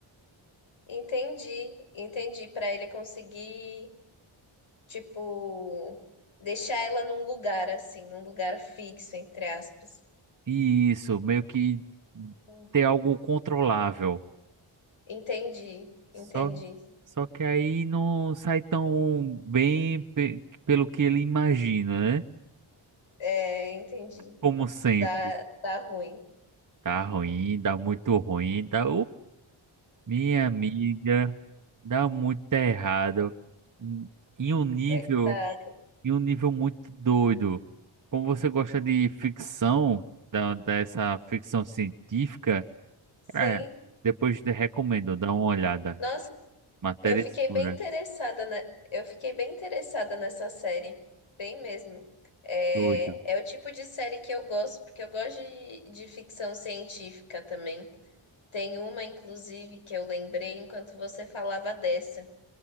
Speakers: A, on the left; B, on the right.
A: entendi, entendi. Para ele conseguir, tipo, deixar ela num lugar assim, num lugar fixo, entre aspas.
B: Isso, meio que
A: Hum.
B: ter algo controlável.
A: Entendi,
B: Só,
A: entendi.
B: só que aí não sai tão bem pe- pelo que ele imagina, né?
A: É, entendi.
B: Como sempre.
A: Dá, dá ruim.
B: Tá ruim, dá muito ruim, dá. Minha amiga, dá muito errado. Hum, Em um nível,
A: Coitado.
B: em um nível muito doido. Como você gosta de ficção, da, dessa ficção científica,
A: Sim.
B: é, depois te recomendo, dá uma olhada.
A: Nossa,
B: Matéria
A: eu fiquei
B: escura,
A: bem interessada, né? Eu fiquei bem interessada nessa série, bem mesmo. É,
B: doido.
A: é o tipo de série que eu gosto, porque eu gosto de, de ficção científica também. Tem uma, inclusive, que eu lembrei enquanto você falava dessa,